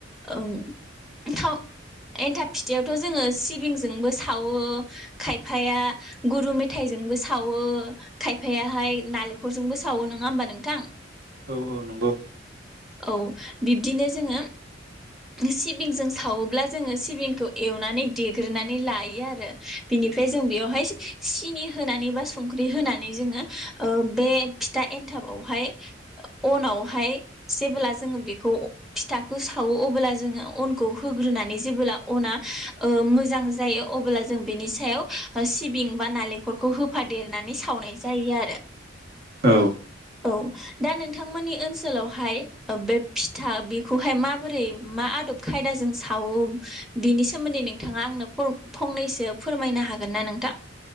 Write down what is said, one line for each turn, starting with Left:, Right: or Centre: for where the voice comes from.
Centre: ओम थाव एनथाब फिथायावथ' जोंङो सिबिंजोंबो सावो खायफाया गुरू मेथाइजोंबो सावो खायफाया हाय नालेंखरजोंबो सावो नोंङा होमबा नोंथां?
Right: औ औ नोंगौ।
Centre: औ बिब्दिनो जोङो सिबिंजों सावोब्ला जोङो सिबिंखौ एवनानै देग्रोनानै लायो आरो बिनिफ्राय जों बेवहाय सिनि होनानै बा संख्रि होनानै जोङो ओ बे फिथा एन्थाबावहाय अनावहाय जेबोला जोङो बेखौ अ फिथाखो सावो अबोला जोङो अनखौ होग्रोनानै जेबोला अना ओम मोजां जायो अबोला जों बेनि सायाव ओ सिबिं बा नालेंखरखौ होफादेरनानै सावनाय जायो आरो।
Right: औ
Centre: औ। दा नोंथांमोननि ओनसोलावहाय बे फिथा बेखौहाय माबोरै मा आदब खायदाजों सावो बेनि सोमोन्दै नोंथाङा आंनो फरब फंनैसो फोरमायनो हागोन ना नोंथां?